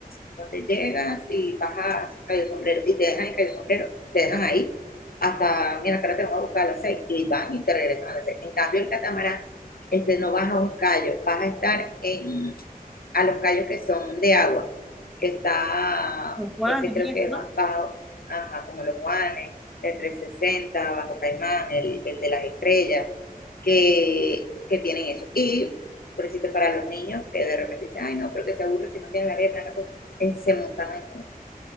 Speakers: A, on the left (about 75°); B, in the centre.
A: donde llegas y bajas Cayo Sombrero y te dejan en Cayo Sombrero, te dejan ahí hasta, mira, ahora te vamos a buscar a las seis y van y te regresan a las seis. En cambio el catamarán este, no vas a un callo, vas a estar en, a los callos que son de agua, que está,
B: Los guanes
A: ese creo
B: y eso,
A: que
B: ¿no?
A: va bajo, ajá, como los Juanes, el 360 Bajo Caimán, el, el de las estrellas, que, que tienen eso. Y, por decirte, para los niños que de repente dicen, ay, no, pero que se aburre si no tienen la arena, la cosa, en- se montan en,